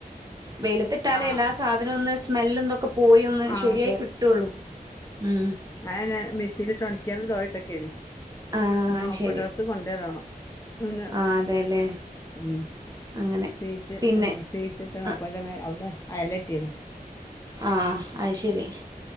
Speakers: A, on the right; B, on the left.
A: വെയിലത്തിട്ടാലേ
B: ആഹ്
A: എല്ലാ സാധനുവൊന്ന് സ്മെല്ലും ഇതൊ ക്കെ പോയി ഒന്ന്
B: ആഹ്
A: ശെരിയായി കിട്ടൊള്ളൂ മ്
B: ഞാനയന്നെ മിഷീല്ട്ടൊണിക്കിയാണ്ടാണ്ട് തോരട്ടെക്കേനി
A: ആഹ്
B: ഇഞ് ഓപ്പൺ
A: ശരി
B: ടെറസ്സ് കൊണ്ടോയ്ടണം. ആന്നെ
A: ആഹ് അതെല്ലേ
B: മ്
A: അങ്ങനെ
B: സീറ്റ്
A: പിന്നെ
B: മ് സീറ്റ് ട്ട്ണ്
A: ആഹ്
B: അപ്പയിൻ്റെമേലെ ഔടെ അയലെട്ടീണ്
A: ആഹ് അഹ്ശെരി